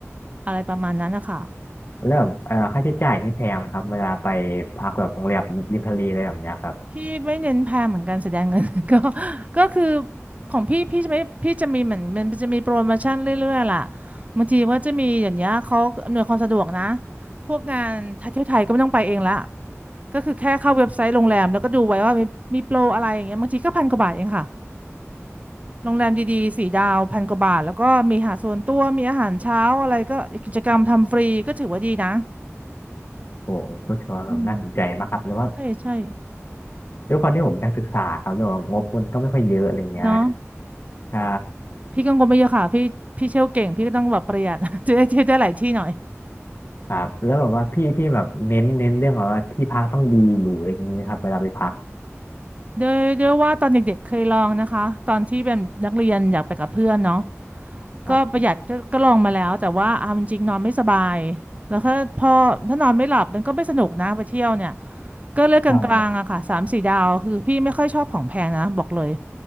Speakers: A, on the right; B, on the left.
A: อะไรประมาณนั้นนะคะ
B: แล้วแบบเอ่อค่าใช้จ่ายนี่แพงไหมครับเวลาไปพักแบบโรงแรมริมทะเลอะไรแบบเนี้ยครับ
A: พี่ไม่เน้นแพงเหมือนกันแสดงเงิน <laughs> ก็ก็คือของพี่พี่จะไม่พี่จะมีเหมือนมันจะมีโปรโมชั่นเรื่อยๆล่ะบางทีว่าจะมีอย่างเงี้ยเขาอำนวยความสะดวกนะพวกงานท่เที่ยวไทยก็ไม่ต้องไปเองละก็คือแค่เข้าเว็บไซต์โรงแรมแล้วก็ดูไว้ว่ามีมีโปรอะไรอย่างเงี้ยบางทีก็พันกว่าบาทเองค่ะโรงแรมดีๆสี่ดาวพันกว่าบาทแล้วก็มีอาหารส่วนตัวมีอาหารเช้าอะไรก็กิจกรรมทำฟรีก็ถือว่าดีนะ
B: โอ้โหก็ถือว่าแบบน่าสนใจมากครับแล้วว่า
A: อืมใช่ใช่
B: ด้วยความที่ผมเป็นนักศึกษาครับแล้วแบบงบมันก็ไม่ค่อยเยอะอะไรเงี้ย
A: เนาะ
B: ใช่
A: พี่กังวลไม่เยอะค่ะพี่พี่เที่ยวเก่งพี่ก็ต้องแบบประหยัด <laughs> จะได้เที่ยวได้หลายที่หน่อย
B: ครับแล้วแบบว่าพี่พี่แบบเน้นเน้นเรื่องแบบว่าที่พักต้องดีหรูอะไรอย่างเงี้ยครับเวลาไปพัก
A: โดยโดยว่าตอนเด็กๆเคยลองนะคะตอนที่เป็นนักเรียนอยากไปกับเพื่อนเนาะ
B: ครับ
A: ก็ประหยัดก็ก็ลองมาแล้วแต่ว่าเอาจริงๆนอนไม่สบายแล้วก็พอถ้านอนไม่หลับมันก็ไม่สนุกนะไปเที่ยวเนี่ยก็เลือกกลางๆอะค่ะสามสี่ดาวคือพี่ไม่ค่อยชอบของแพงนะบอกเลย
B: ใช่